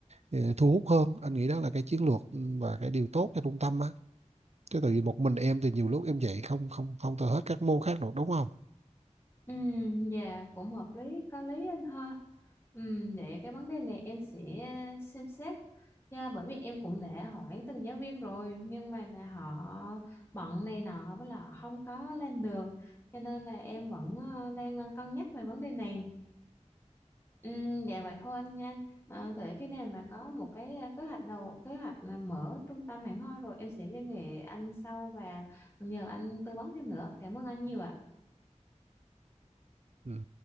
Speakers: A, on the right; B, on the left.
A: ờ, thu hút hơn anh nghĩ đó là cái chiến lược ừ, và cái điều tốt cho trung tâm á chứ tại vì một mình em thì nhiều lúc em dạy không không không thể hết các môn khác được đúng không
B: Ừ, dạ cũng hợp lý, có lý anh ha. Ừ, để cái vấn đề này em sẽ ờ, xem xét. Dạ, bởi vì em cũng đã hỏi từng giáo viên rồi nhưng mà là họ bận này nọ với là họ không có làm được cho nên là em vẫn ờ, đang ờ, cân nhắc về vấn đề này. Ừ, dạ vậy thôi anh nha. À, để khi nào mà có một cái ờ, kế hoạch đầu kế hoạch là mở trung tâm hẳn hoi rồi em sẽ liên hệ anh sau và nhờ anh tư vấn thêm nữa. Cảm ơn anh nhiều ạ.
A: ừ.